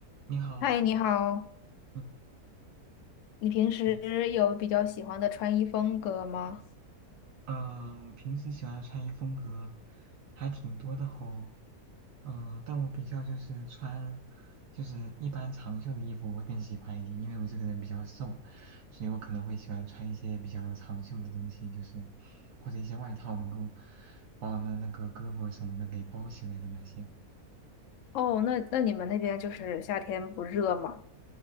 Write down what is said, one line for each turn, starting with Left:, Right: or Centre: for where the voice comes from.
Right: 你好，
Left: 嗨，你好，
Right: 嗯，
Left: 你平时有比较喜欢的穿衣风格吗？
Right: 你呃，我平时喜欢的穿衣风格还挺多的吼，嗯、但我比较就是穿，就是一般长袖的衣服我会更喜欢一点，因为我这个人比较瘦，所以我可能会喜欢穿一些比较长袖的东西，就是或者一些外套能够把我的那个胳膊什么的给包起来的那些。
Left: 哦，那那你们那边就是夏天不热吗？